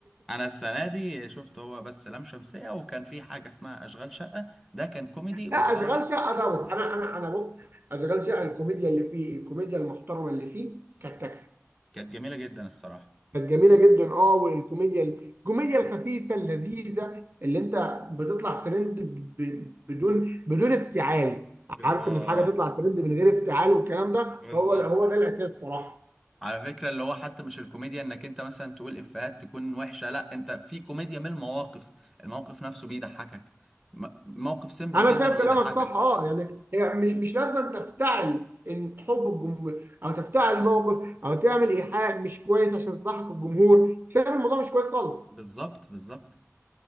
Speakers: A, in the centre; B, on the right.
A: انا السنه دي شفت هو بس لام شمسية وكان في حاجة اسمها اشغال شقة ده كان كوميدي
B: <laughs>
A: والصراحة
B: لا اشغال شقه ده بص انا انا انا بص اشغال شقه الكوميديا اللي فيه الكوميديا المحترمه اللي فيه كانت تكفي
A: كانت جميلة جدا الصراحة
B: كانت جميله جدا اه والكوميديا الكوميديا الخفيفه اللذيذه اللي انت بتطلع ترند ب- ب- بدون بدون افتعال
A: بالظبط
B: عارف ان الحاجه تطلع ترند من غير افتعال والكلام ده
A: بالظبط
B: هو هو ده الاساس صراحه
A: على فكرة اللي هو حتى مش الكوميديا انك انت مثلا تقول افيهات تكون وحشة لا انت في كوميديا من المواقف الموقف نفسه بيضحكك م- موقف سيمبل
B: انا
A: جدا
B: شايف
A: ويضحكك
B: كلامك صح اه يعني هي مش مش لازم أن تفتعل ان حب الجمهور او تفتعل الموقف او تعمل ايحاء مش كويس عشان تصلحك الجمهور شايف الموضوع مش كويس خالص
A: بالظبط بالظبط